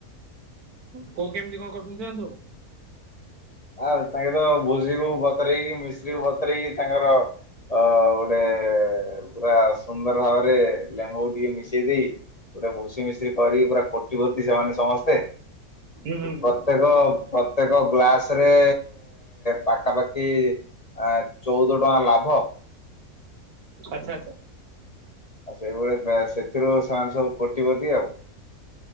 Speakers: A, on the right; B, on the left.
A: କୋଉ କେମିତି କଣ କରୁଛନ୍ତି ସେନ୍ତୁ।
B: ଆଉ ତାଙ୍କର ଭୋଜି କୁ ବତରଇକି ମିଶ୍ରୀକୁ ବତରଇକି ତାଙ୍କର। ଅ ଗୋଟେ ପୁରା ସୁନ୍ଦର ଭାବରେ ଲେମ୍ବୁ ଟିକେ ମିଶେଇ ଦେଇ। ପୁରା ଭୁସି ମିଶ କରିକି ପୁରା କୋଟିପତି ସେମାନେ ସମସ୍ତେ।
A: ହୁଁ ହୁଁ
B: ପ୍ରତ୍ୟେକ
A: ହୁଁ
B: ପ୍ରତ୍ୟେକ ଗ୍ଲାସ। ରେ ପାଖାପାଖି ଚଉଦ ଟଙ୍କା ଲାଭ।
A: ଆଚ୍ଛା, ଆଚ୍ଛା।
B: ଆଉ ସେଇଭଳି ସେଥିରୁ ସେମାନେ ସବୁ କୋଟିିପତି ଆଉ।